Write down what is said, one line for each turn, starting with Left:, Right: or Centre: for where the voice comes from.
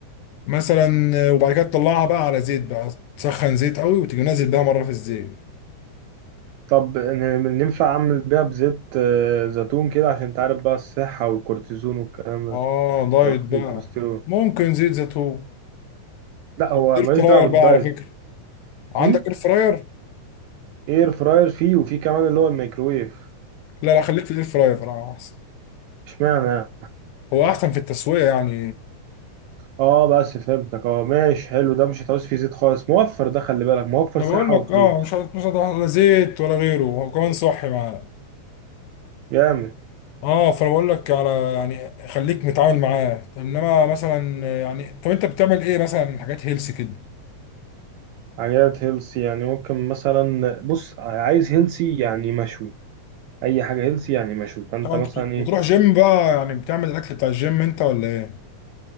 Left: مثلا آه، وبعد كده تطلعها بقى على زيت بقى تسخن زيت قوي وتيجي نازل بيها مره في الزيت
Right: طب ن- ننفع أعمل بيها بزيت آه، زيتون كده عشان تعرف بقى الصحة والكورتيزون والكلام
Left: اه
Right: ده
Left: دايت
Right: وقصدي
Left: بقى
Right: الكوليسترول
Left: ممكن زيت زيتون
Right: لا هو
Left: اير
Right: ملوش
Left: فراير
Right: دعوة
Left: بقى
Right: بالدايت
Left: على فكره عندك
Right: م?
Left: اير فراير
Right: إير فراير فيه وفيه كمان اللي هو الميكرويف
Left: لا لا خليك في الاير فراير آه، احسن
Right: اشمعنى يعني؟
Left: هو احسن في التسويه يعني
Right: اه بس فهمتك اه ماشي حلو ده مش هتعوز فيه زيت خالص موفر ده خلي بالك موفر
Left: انا
Right: صحة
Left: بقول لك
Right: وفلوس
Left: اه مش هت- مش هتحط لا زيت ولا غيره وكمان صحي معاه
Right: جامد
Left: اه فانا بقول لك على يعني خليك متعامل معاه انما مثلا يعني طب انت بتعمل ايه مثلا من حاجات هيلسي كده
Right: حاجات هيلسي يعني ممكن مثلا بص عايز هيلسي يعني مشوي اي حاجة هيلسي يعني مشوي فانت
Left: طبعا
Right: مثلا
Left: انت بت-
Right: ايه
Left: بتروح جيم بقى يعني بتعمل الاكل بتاع الجيم انت ولا ايه